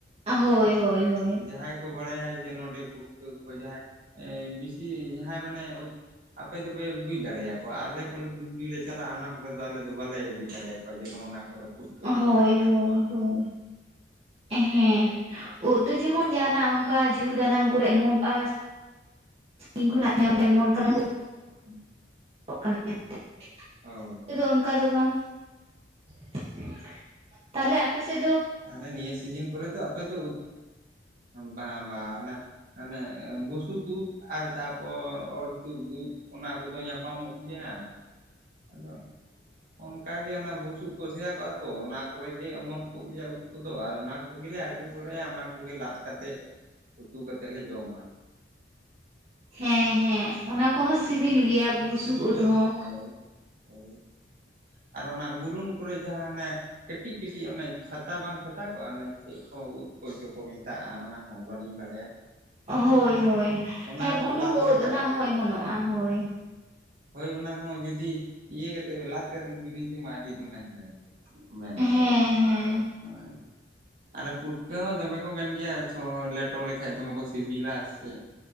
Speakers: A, on the right; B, on the right.
A: <unintelligible>
B: ᱦᱳᱭ ᱦᱳᱭ ᱦᱳᱭ
A: ᱡᱟᱦᱟᱸᱭ ᱠᱚ ᱵᱟᱲᱟᱭᱟ ᱡᱮ ᱱᱚᱸᱰᱮ ᱯᱩᱴᱠᱟᱹ ᱠᱚ ᱡᱟᱦᱟᱸᱭ ᱵᱮᱥᱤ ᱡᱟᱦᱟᱸᱭ ᱢᱟᱱᱮ ᱟᱯᱮ ᱫᱚᱯᱮ ᱵᱩᱡᱽ ᱫᱟᱲᱮᱭᱟᱠᱚᱣᱟ᱾ ᱟᱞᱮ ᱠᱚᱞᱮ ᱫ ᱞᱮ ᱪᱟᱞᱟᱜᱼᱟ, ᱚᱱᱟ ᱠᱚᱨᱮᱚ ᱟᱞᱮᱚ ᱵᱟᱞᱮ ᱵᱩᱡᱽ ᱫᱟᱲᱮᱭᱟᱠᱚᱣᱟ᱾ ᱯᱟᱪᱮ ᱱᱚᱜᱱᱚᱣᱟᱻᱟ ᱠᱚᱨᱮ ᱯᱩᱴᱠᱟᱹ ᱠᱚ
B: ᱦᱳᱭ
A: ᱢᱮᱱᱟᱜ ᱟᱠᱟᱫ
B: ᱦᱳᱭ
A: ᱠᱚᱣᱟ
B: ᱦᱳᱭ ᱦᱮᱸ ᱤᱫ ᱫᱚ ᱡᱮᱢᱚᱱ ᱡᱟᱦᱟᱱᱟᱜ ᱚᱱᱠᱟ ᱡᱷᱩᱲ ᱫᱟᱱᱟᱝ ᱠᱚᱨᱮ ᱮᱢᱚᱱ ᱠᱟᱜ, <unintelligible> ᱤᱧ ᱧᱮᱞ ᱧᱟᱢ ᱮᱢᱚᱱ ᱠᱟᱱᱟ <unintelligible>
A: <inaudible>
B: <unintelligible>
A: ᱦᱳᱭ
B: ᱱᱤᱛ ᱫᱚ ᱚᱱᱠᱟ ᱫᱚ ᱵᱟᱝ, <inaudible> ᱛᱟᱦᱚᱞᱮ ᱟᱯᱮ ᱥᱮ
A: ᱛᱟᱦᱚᱞᱮ ᱱᱤᱭᱟᱹ ᱥᱤᱡᱤᱱ ᱠᱚᱨᱮ ᱛᱚ ᱟᱯᱮ ᱫᱚ ᱵᱟᱝ ᱵᱟᱝ ᱚᱱᱟ ᱢᱟᱱᱮ ᱵᱩᱥᱩᱵᱩᱫ ᱟᱨ ᱛᱟᱯᱚᱨ ᱚᱨ ᱛᱩᱫ ᱩᱫ ᱚᱱᱟ ᱠᱚᱫᱚ ᱧᱟᱯᱟᱢᱚᱜ ᱜᱮᱭᱟ᱾ ᱟᱫᱚ ᱚᱱᱠᱟᱟᱜᱮ ᱚᱱᱟ ᱵᱩᱥᱩᱵ ᱠᱚ ᱥᱮᱭᱟ ᱠᱚᱜᱼᱟ ᱛᱚ ᱚᱱᱟ ᱠᱚᱨᱮᱜ ᱜᱮ ᱚᱢᱚᱱ ᱠᱚ ᱜᱮᱭᱟ ᱩᱫ ᱠᱩᱫᱚ ᱟᱨ ᱚᱱᱟ ᱠᱚᱜᱮ ᱟᱹᱜᱩ ᱵᱟᱲᱟᱭᱟ ᱚᱱᱟ ᱠᱚᱜᱮ ᱞᱟᱫ ᱠᱟᱛᱮᱫ ᱩᱛᱩ ᱠᱟᱛᱮᱫ ᱞᱮ ᱡᱚᱢᱟ᱾
B: ᱦᱮᱸ ᱦᱮᱸ ᱚᱱᱟ ᱠᱚᱦᱚᱸ ᱥᱤᱵᱤᱞ ᱜᱮᱭᱟ ᱵᱩᱥᱩᱵ ᱩᱫ ᱦᱚᱸ
A: ᱦᱳᱭ ᱦᱳᱭ ᱟᱨ ᱚᱱᱟ ᱵᱩᱞᱩᱝ ᱠᱚᱨᱮ ᱡᱟᱦᱟᱸ ᱚᱱᱮ ᱠᱟᱹᱴᱤᱡ ᱠᱟᱹᱴᱤᱡ ᱚᱱᱮ ᱪᱷᱟᱛᱟ ᱵᱟᱝ ᱪᱷᱟᱛᱟ ᱠᱚᱜᱼᱟ ᱚᱱᱮ ᱪᱮᱫ ᱠᱚ ᱩᱫ ᱠᱚᱪᱚ ᱠᱚ ᱢᱮᱛᱟᱜᱼᱟ ᱚᱱᱟ ᱦᱚᱸ ᱵᱟᱹᱞᱤᱧ ᱵᱟᱲᱟᱭᱟ
B: ᱦᱳᱭ ᱦᱳᱭ
A: ᱚᱱᱟ
B: ᱦᱮᱸ
A: ᱦᱚᱸ
B: ᱵᱩᱱᱩᱢ
A: ᱞᱟᱫ
B: ᱩᱫ
A: ᱞᱮᱠᱷᱟᱡ
B: ᱚᱱᱟ ᱦᱚᱸ ᱚᱢᱚᱱᱚᱜᱼᱟ ᱦᱳᱭ
A: ᱦᱳᱭ ᱚᱱᱟ ᱦᱚᱸ ᱡᱩᱫᱤ ᱤᱭᱟᱹ ᱠᱟᱛᱮ ᱞᱟᱛ ᱠᱟᱛᱮ ᱡᱩᱫᱤ ᱵᱤᱱ ᱡᱚᱢᱟ ᱟᱹᱰᱤ ᱫᱚᱢᱮ ᱦᱮᱲᱮᱱ ᱜᱮᱭᱟ ᱢᱮᱱ
B: ᱦᱮᱸ
A: ᱜᱮᱭᱟ
B: ᱦᱮᱸ
A: ᱦᱳ ᱟᱨᱮ ᱯᱩᱴᱠᱟᱹ ᱦᱚᱸ ᱫᱚᱢᱮ ᱠᱚ ᱢᱮᱱ ᱜᱮᱭᱟ ᱛᱚ ᱞᱮᱴᱚ ᱞᱮᱠᱷᱟᱡ ᱫᱚᱢᱮ ᱠᱚ ᱥᱤᱵᱤᱞᱟ ᱥᱮ